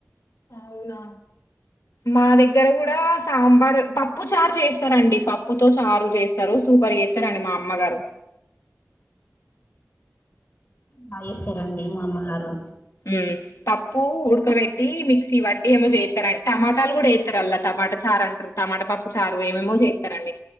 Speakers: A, on the left; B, on the left.
A: అవునా మా దగ్గర కూడా సాంబార్ పప్పు చారు చేస్తారండి పప్పుతో చారు చేసారు సో సూపర్ చేస్తారండి మా అమ్మగారు
B: బాగా చేస్తారండీ మా అమ్మ గారు
A: ఉమ్ పప్పు ఉడకబెట్టి మిక్సీ బట్టి ఏమో చేస్తారు అంట టమాటాలు కూడా వేస్తారు అలా టమాటా చారు అంటారు టమాటా పప్పు చారు ఏమేమో చేస్తారండి